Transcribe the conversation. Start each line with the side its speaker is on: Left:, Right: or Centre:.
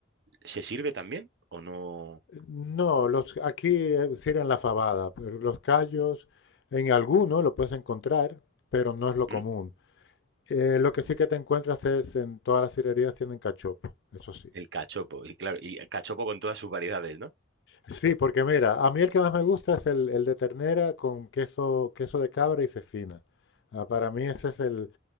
Right: ¿se sirve también o no?
Left: No, los, aquí eh, sirven la fabada, pero los callos en alguno lo puedes encontrar, pero no es lo común.
Right: ¿Mm?
Left: Eh, lo que
Right: No.
Left: sí que te encuentras es en todas las cirerías tienen cachopo, eso sí.
Right: El cachopo, y claro, y el cachopo con todas sus variedades, ¿no?
Left: Sí, porque mira, a mí el que más me gusta es el, el de ternera con queso, queso de cabra y cecina. Ah, para mí ese es el,